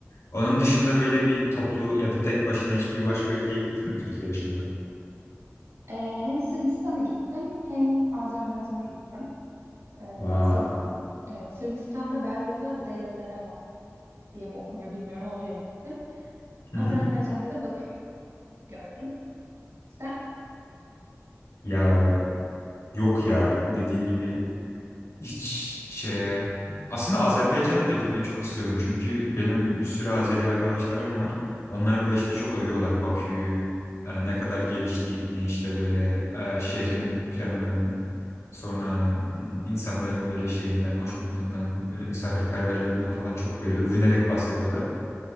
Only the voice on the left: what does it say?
Onun dışında böyle bir toplu ya da tek başına hiçbir başka ülkeye gittin mi Türkiye dışında?
Vay.
Hı
hı.
Ya yok ya dediğin gibi Hiç şeye aslında Azerbaycan'a da gitmeyi çok istiyordum çünkü benim bir sürü Azeri arkadaşlarım var. Onlar da işte çok övüyorlar Bakü'yü, e, ne kadar geliştiğini, işte böyle e, şehrin planının sonra mm, insanların böyle şeyinden, hoşnutluğundan, böyle misafirperverlerinden falan çok böyle övünerek bahsediyorlar.